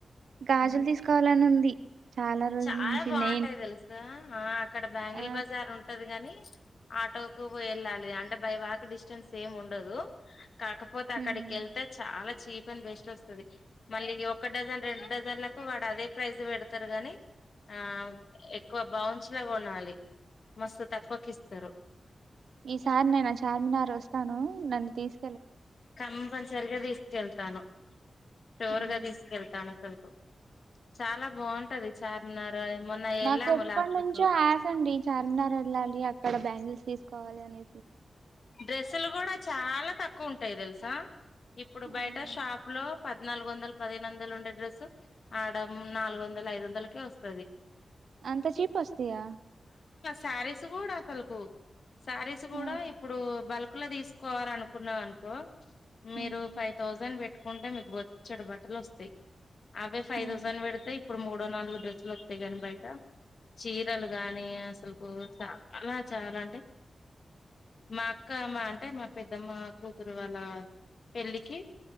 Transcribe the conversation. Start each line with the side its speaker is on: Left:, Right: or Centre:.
Left: వెళ్ళాం
Right: గాజులు తీసుకోవాలని ఉంది చాలా రోజుల
Left: చాలా
Right: నుంచి
Left: బాగుంటాయి
Right: నేను
Left: తెలుసా ఆ అక్కడ బ్యాంగిల్
Right: ఆ
Left: బజార్ ఉంటది గాని ఆటోకు వెళ్ళాలి అంటే బై వాక్ డిస్టెన్స్ ఏం ఉండదు కాకపోతే
Right: హ్మ్
Left: అక్కడికేళ్తే చాలా చి చీప్ అండ్ బెస్ట్ వస్తది మళ్ళీ ఒక డజన్ రెండు డజన్లకు వాడు అదే ప్రైస్ పెడుతడు గాని ఆ ఎక్కువ బావుంచ్ ట్లా కొనాలి మస్తు తక్కువకిస్తారు
Right: ఈసారి నేను ఆ చార్మినార్ ఒస్తాను నన్ను తీస్
Left: కంపల్సరిగా తీసుకెళ్తాను షోర్
Right: ఉమ్.
Left: గా తీసుకెళ్తాను అసల్ చాలా బాగుంటది చార్మినార్ మొన్న వెళ్ళాము
Right: నాకు ఎప్పనుంచో
Left: లాస్ట్ వీక్ లో
Right: ఆశ అండి చార్మినార్ వెళ్ళాలి అక్కడ బ్యాంగిల్స్ తీసుకోవాలి అనే
Left: డ్రెస్సులు కూడా చాలా తక్కువ ఉంటాయి తెలుసా ఇప్పుడు బయట
Right: ఆహా.
Left: షాపు లో పద్నాలుగు వందలు పదిహేను వందలు ఉండే డ్రెస్సు ఆడ నాలుగు వందల ఐదు వందలకే వస్తది
Right: అంత చీపోస్తయా
Left: సారిీస్ కూడా అసలు కు సారిీస్ కూడా
Right: హ్మ్
Left: ఇప్పుడు బల్క్ లో తీసుకోవాల అనుకున్నాం అనుకో మీరు
Right: హ్మ్
Left: ఫైవ్ థౌజండ్ పెట్ ట్కుంటే మీకు బొచ్చెడు బట్టలోస్తాయ్ అవే ఫైవ్
Right: హ్మ్
Left: థౌజండ్ పెడితేా ఇప్పుడు మూడో నాలుగు డ్రెసులోస్తాయ్ గనీ బయట చీరలు గానీ అసలుకు చాలా చాలా అంటే మా అక్క మ అంటే మా పెద్దమ్మ కూతురు వాళ్ళ పెళ్ళికి